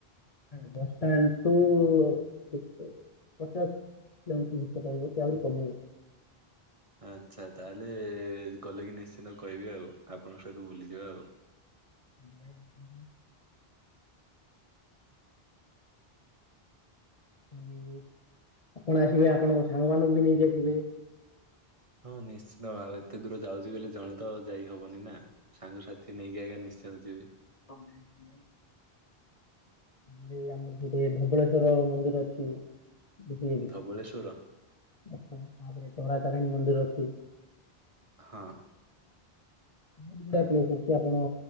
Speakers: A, on the left (about 40°); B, on the right (about 35°).
A: ବସଷ୍ଟାଣ୍ଡଠୁ କେତେ ପଚାଶ <inaudible> କମିବ
B: <unintelligible> ଆଚ୍ଛା ତାହେଲେ ଗଲେ କି ନିଶ୍ଚିତ କହିବି ଆଉ, ଆପଣଙ୍କ ସହିତ ଭୁଲିଯିବା ଆଉ
A: ଭାଇ <inaudible> ହ ହଁ ହ <inaudible> ଆପଣ ଆସିବେ ଆପଣଙ୍କ ସାଙ୍ଗମାନଙ୍କୁ ବି ନେଇକି ଆସିବେ
B: ହଁ ନିଶ୍ଚିତ ଆଉ ଏତେ ଦୂର ଯାଉଛି ଗଲେ ଜଣେ ତ ଯାଇହବନି ନା ସାଙ୍ଗସାଥି ନେଇକି ଆଜ୍ଞା ନିଶ୍ଚିତ ନିଶ୍ଚିତ ଯିବି
A: ହମ ହ <inaudible> ଆମର ଏଇ ଆମର ସେଠି ଧବଳେଶ୍ୱର ମନ୍ଦିର ଅଛି ଦେଖିଲେ କୀ
B: ଧବଳେଶ୍ଵର
A: ଆଚ୍ଛା ତାପରେ ତାରାତାରିଣୀ ମନ୍ଦିର ଅଛି
B: ହଁ।
A: ବହୁତଗୁଡ଼ା ପ୍ଲେସ୍ ଅଛି। ଆପଣ